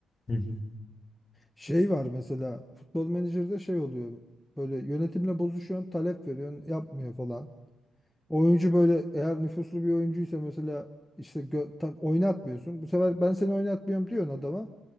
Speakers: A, on the left; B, in the centre.
A: <laughs> Hı hı.
B: Şey var mesela futbol menajerde şey oluyor. Böyle yönetimle bozuşuyorsun, talep veriyorsun, yapmıyor falan. Oyuncu böyle eğer nüfuslu bir oyuncuysa mesela işte gö- tak, oynatmıyorsun. Bu sefer ben seni oynatmıyorum diyorsun adama.